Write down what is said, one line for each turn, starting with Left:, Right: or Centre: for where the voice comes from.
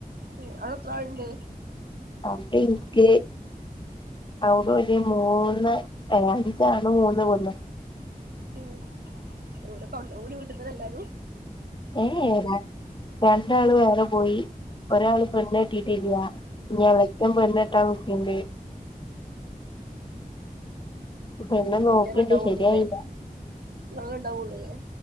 Right: ഏഹ് അവിടെ എത്രാൾണ്ട്?
Left: ഔടെ ഇൻക്ക്. അവിടെ ഒരു മൂന്ന് അല്ല അഞ്ച് ആണും മൂന്ന് പെണ്ണും.
Right: ഉം ഓലക്ക ഔ ഒരു വീട്ട്ത്തന്നെ അല്ലാരും.
Left: ഏ ഏയ് രണ്ടാൾ വേറെ പോയി ഒരാള് പെണ്ണെട്ടീട്ടില്ല. ഞ്ഞി എളച്ചൻ പെണ്ണെട്ടാൻ നിക്ക്ണ്ട്. പെണ്ണ്
Right: ഓ ഉം
Left: നോക്ക്ണ്ട്
Right: ജെനെ ണ്ടാവൊള്ളുലെ
Left: ശരിയായില്ല
Right: ഇങ്ങളെ ണ്ടാവോള്ളു ലെ